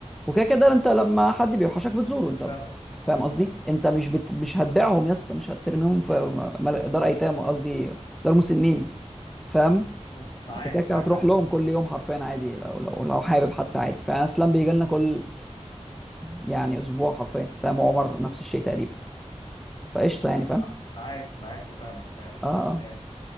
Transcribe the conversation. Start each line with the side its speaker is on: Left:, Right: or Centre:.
Centre: وكده كده انت لما حد بيوحشك بتزوره انت
Left: انا فاهمك ايوه
Centre: فاهم قصدي
Left: فاهمك
Centre: انت مش بت... مش هتبيعهم يا اسطى مش هترميهم في م- مل- دار ايتام قصدي دار مسنين فاهم
Left: م- معاك
Centre: انت كده كده
Left: معاك
Centre: هتروح
Left: في اللي انت
Centre: لهم
Left: بتقوله
Centre: كل يوم حرفيا عادي لو لو لو حابب حتى عادي فاسلام بيجي لنا كل يعني اسبوع حرفيا فاهم وعمر نفس الشيء تقريبا فقشطه
Left: انا
Centre: يعني فاهم
Left: معاك معاك وفاهمك فاهم
Centre: اه
Left: بس يعني